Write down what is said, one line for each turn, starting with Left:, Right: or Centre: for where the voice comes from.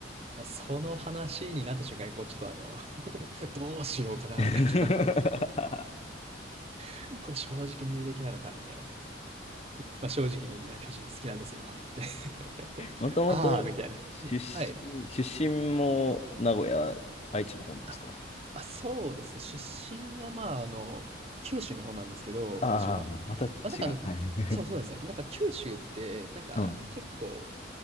Right: まあその話になった瞬間に、こう、ちょっとあの、<laughs> どうしようかな、
Left: <laughs>
Right: みたいな。<laughs> これ正直に言うべきなのかみたいな。まあ、正直に、いや、巨人好きなんですよって言って
Left: もともと
Right: <laughs> ああ、みたいな。
Left: 出身、
Right: はい。
Left: 出身も名古屋、愛知の方なんですか
Right: あ、まあ、そうですね。出身は、まあ、あの、九州の方なんですけど、
Left: ああ、
Right: 私は。
Left: また違う。
Right: まあ、なんかあの、
Left: はい。<laughs>
Right: そうそうですね。なんか九州って、なんか結構、
Left: うん。